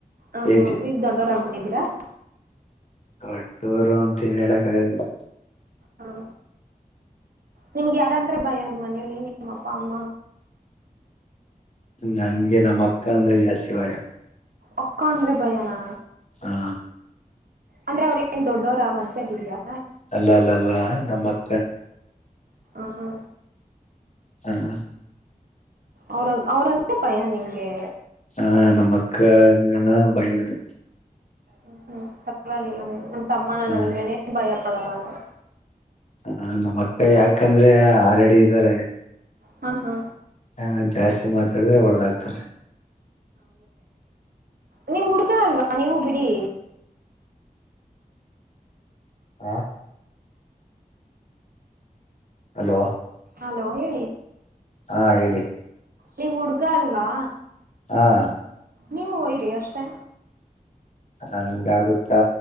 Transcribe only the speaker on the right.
ಆ ಹ
ನೀವು ದೊಡ್ಡವರಾಗಬಿಟ್ಟಿದ್ದೀರಾ
ಹಾ ನಿಮ್ಗೆ ಯಾರಂದ್ರೆ ಭಯ ನಿಮ್ಮ ಮನೆಯಲ್ಲಿ ನಿಮ್ಮ ಅಪ್ಪ ಅಮ್ಮ
ಒಪ್ಕ್ಕೋ ಅಂದ್ರೇ ಭಯನಾ
ಅಂದ್ರೆ ಅವ್ರ ನ್ ದೊಡ್ಡೋರ ಮದವೇಆಗಿದ್ಯಾಯಾ
ಹ ಹಾ
ಅವ್ರ ಅವ್ರಂದೆ ಭಯ ನಿಮ್ದ. <inaudible>
ಹ್ಮ ಹ್ಮ್ ಪರ್ವಾಗಿಲ್ಲ ನೀವು ನಮ್ಮ ತಮ್ಮ ನನಂದ್ರೆನೆ
ಭಯ ಕೊಡಲ್ಲ ನಾವು.
ಹಾ ಹಾ
ನೀಮ್ ಹುಡುಗ ಅಲ್ವಾ ನಾನೇನು ಬಿಡಿ,
ಹಲೋ ಹೇ
ನೀವ್ ಹುಡ್ಗ ಅಲ್ವಾ?
ನೀವು ಹಯರಿ ಅಷ್ಟೇ.